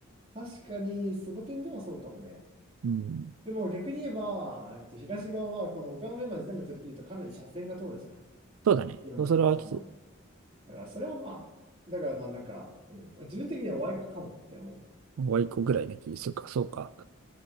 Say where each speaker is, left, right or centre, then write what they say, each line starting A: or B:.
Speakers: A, on the right; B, on the right.
A: あ、確かにその点ではそうかもね。
B: うん
A: でも逆に言えば、えっと、東側はこの丘の上まで全部取り切るとかなり斜線が通るじゃん。
B: そうだね。
A: よん41の方に。
B: そうそれはきつ。
A: だからそれはまあ、だからまあなんか、うん、自分的にはワイコかもって思う。
B: ワイコぐらいの気するか、そうか。